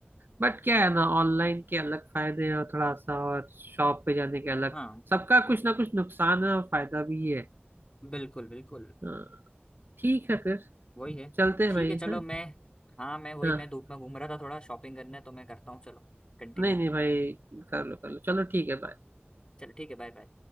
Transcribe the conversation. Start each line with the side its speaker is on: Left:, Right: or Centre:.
Right: बट क्या है ना ऑनलाइन के अलग फायदे हैं और थोड़ा सा और शॉप पे जाने के अलग
Left: हाँ
Right: सबका कुछ ना कुछ नुकसान है और फायदा भी है
Left: बिल्कुल बिल्कुल
Right: हाँ ठीक है फिर
Left: वही है
Right: चलते हैं
Left: ठीक
Right: भाई
Left: है चलो
Right: है
Left: मैं हाँ मैं वही
Right: हाँ
Left: मैं धूप में घूम रहा था थोड़ा शॉपिंग करने तो मैं करता हूँ चलो कंटिन्यू
Right: नहीं नहीं भाई कर लो कर लो चलो ठीक है bye।
Left: चलो ठीक है बाय बाय